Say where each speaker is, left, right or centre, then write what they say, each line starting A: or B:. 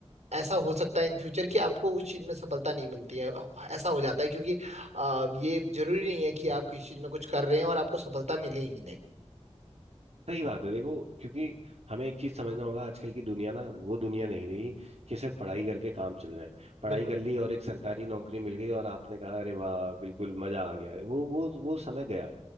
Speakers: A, on the right; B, on the right.
A: ऐसा हो सकता है इन फ्यूचर कि आपको उस चीज में सफलता नहीं मिलती है ऐसा हो जाता है क्योंकि अ, ये जरूरी नहीं है कि आप किसी चीज में कुछ कर रहे हैं और आपको सफलता मिले ही मिले
B: सही बात है देखो क्योंकि हमें एक चीज समझना होगा आजकल की दुनिया ना वो दुनिया नहीं रही कि सिर्फ पढ़ाई करके काम चल जाए पढ़ाई
A: बिल्कुल
B: कर ली और एक सरकारी नौकरी मिल गई और आपने कहा अरे वाह बिल्कुल मजा आ गया वो वो वो समय गया